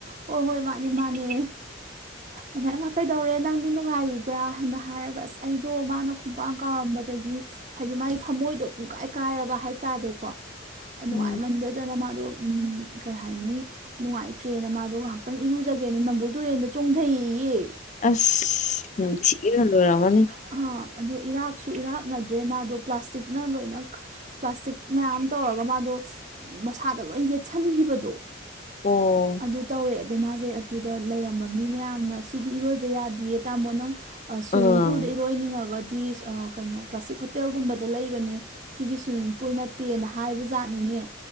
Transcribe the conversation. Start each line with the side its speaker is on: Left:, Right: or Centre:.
Right: ꯍꯣꯏ ꯍꯣꯏ ꯃꯥꯅꯦ ꯃꯥꯅꯦ ꯑꯗ ꯑꯩꯃꯥ ꯀꯩꯗꯧꯔꯦ ꯅꯪꯗꯤ ꯅꯨꯡꯉꯥꯏꯔꯤ ꯕ꯭ꯔꯥ ꯍꯥꯏꯅ ꯍꯥꯏꯔꯒ ꯑꯁ ꯑꯩꯗꯣ ꯃꯥꯅ ꯈꯨꯡꯄꯥꯡ ꯀꯥꯎꯔꯝꯕꯗꯒꯤ ꯍꯥꯏꯗꯤ ꯃꯥꯒꯤ ꯊꯝꯃꯣꯏꯗꯣ ꯄꯨꯡꯀꯥꯏ ꯀꯥꯏꯔꯕ ꯍꯥꯏꯇꯥꯔꯦꯀꯣ ꯅꯨꯡꯉꯥꯏꯃꯟꯗꯗꯅ
Left: ꯎꯝ
Right: ꯃꯥꯗꯣ ꯎꯝ ꯀꯩ ꯍꯥꯏꯅꯤ ꯅꯨꯡꯉꯥꯏꯇ꯭ꯔꯦꯅ ꯃꯥꯗꯣ ꯉꯥꯏꯍꯥꯛꯇꯪ ꯏꯔꯨꯖꯒꯦꯅ ꯅꯝꯕꯨꯜ ꯇꯨꯔꯦꯟꯗ ꯆꯣꯡꯗꯩꯑꯩꯌꯦ
Left: ꯑꯁ ꯅꯝꯊꯤꯕꯅ ꯂꯣꯔꯝꯃꯅꯤ
Right: ꯑ ꯑꯗꯣ ꯏꯔꯥꯛꯁꯨ ꯏꯔꯥꯛꯅꯗ꯭ꯔꯦ ꯃꯥꯗꯣ ꯄ꯭ꯂꯥꯁꯇꯤꯛ ꯅ ꯂꯣꯏꯅꯈ ꯄ꯭ꯂꯥꯁꯇꯤꯛ ꯃꯌꯥꯝ ꯇꯧꯔꯒ ꯃꯥꯗꯣ ꯃꯁꯥꯗ ꯂꯣꯏ ꯌꯦꯠꯁꯟꯒꯤꯕꯗꯣ
Left: ꯑꯣ
Right: ꯑꯗꯨ ꯇꯧꯔꯦ ꯑꯗꯩ ꯃꯥꯁꯦ ꯑꯗꯨꯗ ꯂꯩꯔꯝꯕ ꯃꯤ ꯃꯌꯥꯝꯅ ꯁꯤꯗꯤ ꯏꯔꯣꯏꯕ ꯌꯥꯗꯤꯌꯦ ꯇꯥꯃꯣ ꯅꯪ ꯁ꯭ꯋꯤꯝꯃꯤꯡ
Left: ꯑꯥ
Right: ꯄꯨꯜꯗ ꯏꯔꯣꯏꯅꯤꯡꯉꯒꯗꯤ ꯑ ꯀꯩꯅꯣ ꯀ꯭ꯂꯥꯁꯤꯛ ꯍꯣꯇꯦꯜꯒꯨꯝꯕꯗ ꯂꯩꯕꯅꯦ ꯁꯤꯗꯤ ꯁ꯭ꯋꯤꯝꯃꯤꯡ ꯄꯨꯜ ꯅꯠꯇꯦꯅ ꯍꯥꯏꯕꯖꯥꯠꯅꯤꯅꯦ